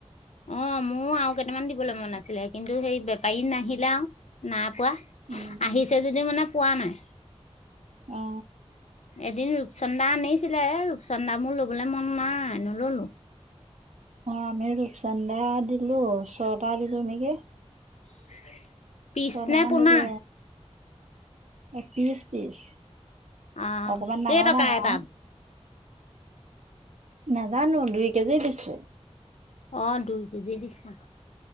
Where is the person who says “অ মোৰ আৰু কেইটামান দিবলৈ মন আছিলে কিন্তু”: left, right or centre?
Left